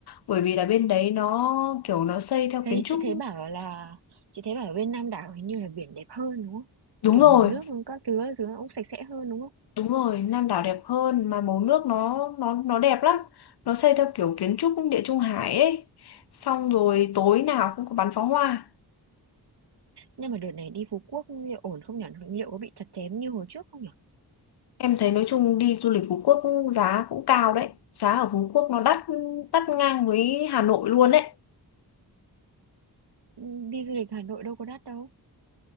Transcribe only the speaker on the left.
bởi vì là bên đấy nó kiểu nó xây theo
kiến trúc
Đúng
rồi,
đúng rồi, Nam đảo đẹp hơn mà màu nước nó nó nó đẹp lắm. Nó xây theo kiểu kiến trúc Địa Trung Hải ấy. Xong rồi tối nào cũng có bắn pháo hoa.
Em thấy nói chung đi du lịch Phú Quốc giá cũng cao đấy. Giá ở Phú Quốc nó đắt đắt ngang với Hà Nội luôn đấy.